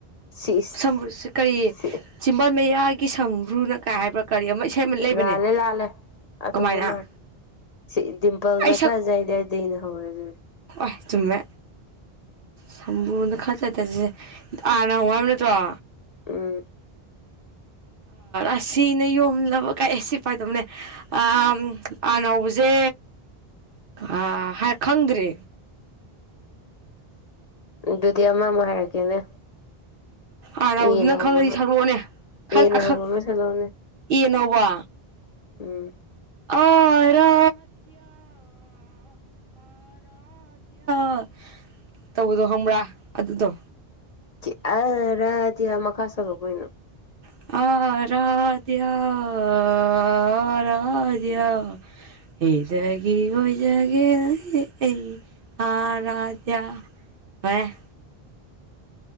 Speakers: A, on the left; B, on the right.
A: ꯁꯤꯁ
B: ꯁꯝꯕꯔꯨꯁꯦ ꯀꯔꯤ
A: ꯁꯤ
B: ꯆꯤꯝꯕꯥꯜ ꯃꯌꯥꯒꯤ ꯁꯝ꯭ꯔꯨꯅ ꯀꯥꯏ ꯍꯥꯏꯕ꯭ꯔꯥ ꯀꯔꯤ ꯑꯃ ꯑꯃ ꯂꯩꯕꯅꯦ
A: ꯂꯥꯂꯦ ꯂꯥꯂꯦ ꯑꯇꯣꯕ
B: ꯀꯃꯥꯏꯅ
A: ꯃꯥ ꯁꯤ ꯗꯤꯝꯄꯜꯅ
B: ꯑꯩ ꯁꯛ
A: ꯈꯔꯖꯏꯗꯏꯗꯅ ꯍꯧꯔꯦ ꯑꯗꯨꯗꯤ
B: ꯍꯣꯏ ꯆꯨꯝꯃꯦ ꯁꯝꯕꯨꯗ ꯈꯔ ꯆꯠ ꯆꯠꯁꯤꯁꯦ ꯑꯥꯅ ꯍ ꯍꯥꯏꯝ ꯅꯠꯇ꯭ꯔꯣ <inaudible>
A: ꯎꯝ
B: ꯑꯁꯤꯅ ꯌꯣꯝꯂꯅꯕ ꯀꯥꯏ ꯑꯦ ꯁꯤ ꯄꯥꯏꯗꯧꯅꯦ ꯑꯥꯝ ꯑꯥꯔꯅ ꯍꯧꯕꯁꯦ ꯑ ꯈꯪꯗ꯭ꯔꯦ
A: ꯑꯗꯨꯗꯤ ꯑꯃ ꯑꯃꯨꯛ ꯍꯥꯏꯔꯛꯀꯦꯅꯦ
B: ꯑꯥꯔꯅ
A: ꯑꯦꯅ
B: ꯍꯨꯕꯗꯨ ꯅꯪ ꯈꯪꯉꯗꯤ
A: ꯍꯧꯕ ꯑꯃ
B: ꯁꯛꯂꯛꯑꯣꯅꯦ ꯈꯪ
A: ꯑꯦꯅ
B: ꯑꯈꯛ
A: ꯍꯧꯕ ꯑꯃ ꯁꯜꯂꯛꯎꯅꯦ
B: ꯑꯦꯅ ꯍꯧꯕꯥ
A: ꯎꯝ
B: ꯑꯥꯔꯥ <unintelligible> ꯇꯧꯕꯗꯣ ꯍꯪꯕ꯭ꯔꯥ ꯑꯗꯨꯗꯣ
A: ꯑ ꯔꯥꯗꯤ ꯌꯥ ꯃꯈꯥ ꯁꯛꯂꯛꯑꯣ ꯀꯩꯅꯣ
B: <unintelligible> ꯏꯗꯒꯤ ꯑꯣꯏꯖꯒꯦ ꯑꯩ ꯑꯥ ꯔꯥ ꯗꯤꯌꯥ ꯍꯥ <inaudible>